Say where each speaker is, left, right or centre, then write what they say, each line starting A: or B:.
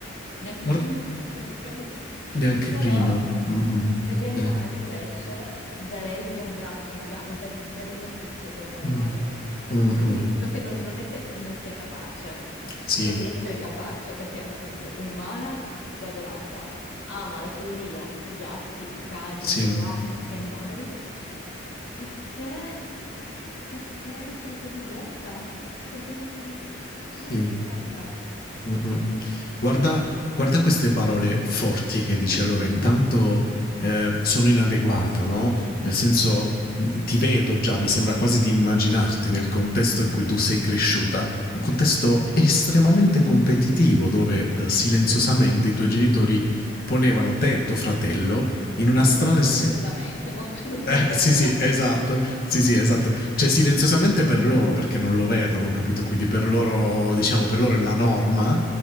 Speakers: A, on the left (about 65°); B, on the left (about 45°).
A: neanche
B: Guarda,
A: prima <laughs> per quello.
B: neanche
A: Però
B: prima. Mm-mm,
A: per
B: ok.
A: gli animali invece darei via un braccio, una gamba, darei, darei via tutto per un animale.
B: Mm. Mm-mm.
A: Quindi so che non, non è che non sia capace,
B: Sì,
A: so di essere capace perché appunto un'umana l'ho adorata, amo alla follia i gatti, i cani
B: sì,
A: in generale, gli animali, perché, perché sono così vuota, perché non sono
B: sì.
A: inadeguata.
B: Mh-mh. Guarda guarda queste parole forti che dici. Allora intanto, ehm, sono inadeguata, no, nel senso, mi ti vedo già, mi sembra quasi di immaginarti nel contesto in cui tu sei cresciuta, un contesto estremamente competitivo dove, ehm, silenziosamente i tuoi genitori ponevano te e tuo fratello in una strana
A: Eh, No, non silenziosamente,
B: si
A: molto <laughs> rumorosamente.
B: eh, sì, sì, esatto. Sì, sì, esatto. Cioè, silenziosamente per loro, perché non lo vedono, capito? Quindi per loro, diciamo, per loro è la norma.